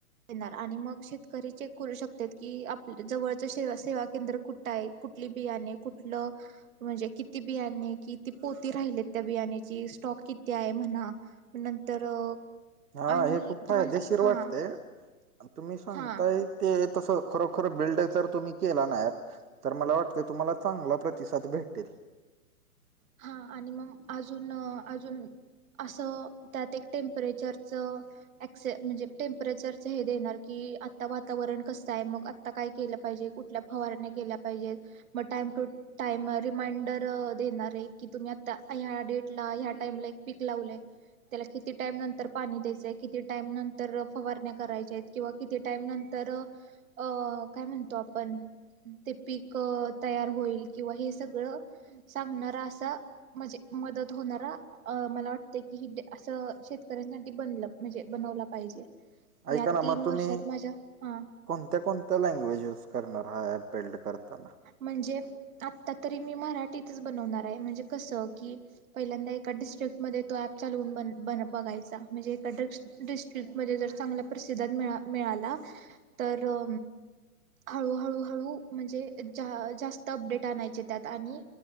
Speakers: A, on the right; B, on the right.
A: देणार, आणि मग शेतकरी चेक करू शकतेत, की आप जवळचे शेवा सेवा केंद्र कुठं आहे, कुठली बियाणे, कुठलं म्हणजे किती बियाणे, किती पोती राहिले त्या बियाणीची, स्टॉक किती आहे म्हणा नंतर अ
B: हा
A: आणि
B: हे खूप फायदेशीर
A: तुम्हाला सा हा
B: वाटतेय. तुम्ही सांगताय
A: हा
B: ते तसं खरोखर बिल्ड जर तुम्ही केला ना अँप, तर मला वाटत ते तुम्हाला चांगला प्रतिसाद भेटेल.
A: हा, आणि मग अजून अ अजून असं, त्यात एक टेम्परेचरचं एक्से, म्हणजे टेम्परेचरचं हे देणार की आता वातावरण कसं आहे मग ता काय केलं पाहिजे, कुठल्या फवारण्या केल्या पाहिजे मग टाइम टू टाइम रिमाइंडर अ देणार आहे की, तुम्ही आता ह्या डेट ला ह्या टाइमला एक पीक लावलंय. त्याला किती टाईम नंतर पाणी द्यायचंय, किती टाइम नंतर फवारण्या करायच्या आहेत. किंवा किती टाईम नंतर अ काय म्हणतो आपण ते पीक तयार होईल किंवा हे सगळं सांगणारा असा, म्हणजे मदत होणारा अ मला वाटत की हि असं, शेतकऱ्यांसाठी बनलं म्हणजे बनवलं पाहिजे. या
B: ऐका ना
A: तीन
B: मग
A: वर्षात
B: तुम्ही
A: माझ्या, हा.
B: कोणत्या कोणत्या लँग्वेज युज करणार हा ऍप बिल्ड करताना?
A: म्हणजे, आता तरी मी मराठीतच बनवणार आहे, म्हणजे कस की पहिल्यांदा एका डिस्ट्रिकट मध्ये तो ऍप चालवून बन बन बघायचा, म्हणजे एका डि डिस्ट्रिक्टमध्ये जर चांगला प्रसिदात मिळा मिळाला तर अ हळू हळू हळू म्हणजे जास्त अपडेट आणायचे त्यात आणि